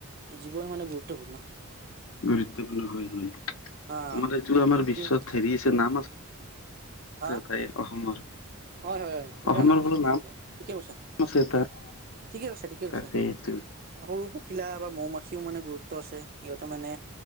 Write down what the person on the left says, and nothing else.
গুৰুত্বপূৰ্ণ হয়,
তোমাৰ এইটো আমাৰ
বিশ্বত হেৰি আছে নাম আছে।
তাৰ পৰা এই অসমৰ
অসমৰ
বোলো
<unintelligible>
তাকেই এইটো